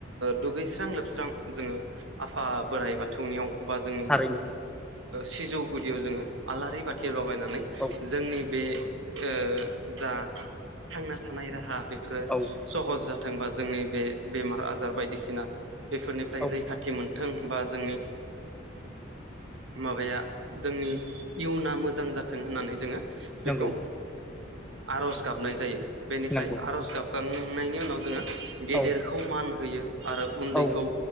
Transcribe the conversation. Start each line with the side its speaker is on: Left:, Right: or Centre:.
Right: दुगैस्रां लोबस्रां जोङो आफा बोराइ बाथौनियाव बा जोंनि
Centre: थारैनो
Right: सिजौ गुदियाव जोङो आलारि बाथि बाबाय जोंनि
Centre: औ
Right: बे जा थांना थानाय राहा बेफोर सहज
Centre: औ
Right: जाथोंबा जोंनि बे बेमार आजार बायदिसिना बेफोरनिफ्राय
Centre: औ
Right: रैखाथि मोनों ाथों बा जोंनि माबाया जोंनि इयुना मोजां जाथों होननानै जोङो
Centre: नंगौ
Right: बेखौ आर'ज गाबनाय जायो बेनिफ्राय
Centre: नंगौ
Right: आर'ज गाबखांनायनि उनाव जोङो गेदेरखौ
Centre: औ
Right: मान होयो आरो उन्दैखौ
Centre: औ